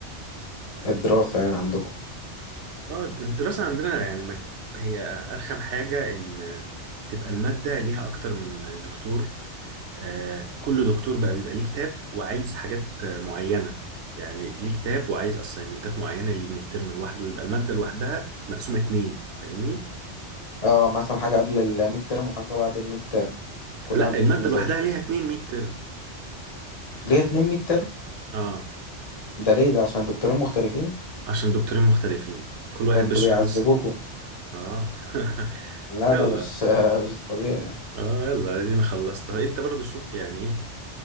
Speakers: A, on the left; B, on the right.
A: بالدراسة يعني عندكم
B: اه الدراسه عندنا يعني ما- هي ارخم حاجه ان تبقى الماده ليها اكتر من دكتور آه، كل دكتور بقى بيبقى ليه كتاب وعايز حاجات آه، معينة يعني ليه كتاب وعايز اسايمنتات معينة ليه ميد ترم لوحده ويبقى المادة لوحدها مقسومة اتنين فاهمني؟
A: اه مثلا حاجة قبل الميد ترم وحاجة بعد الميد ترم كل
B: لا
A: واحد بيمشي
B: المادة
A: بمزاجه
B: لوحدها ليها اتنين ميد ترم
A: ليه اتنين ميد ترم
B: اه
A: ده ليه ده عشان دكتورين مختلفين
B: عشان دكتورين مختلفين كل
A: ده
B: واحد
A: انتوا
B: بيشرح
A: بيعذبوكوا
B: نص تاني اه <laughs>
A: لا
B: يلا
A: ده مش <laughs> مش طبيعي ده
B: اه يلا ادينا خلصت انت برضو شوف يعني ايه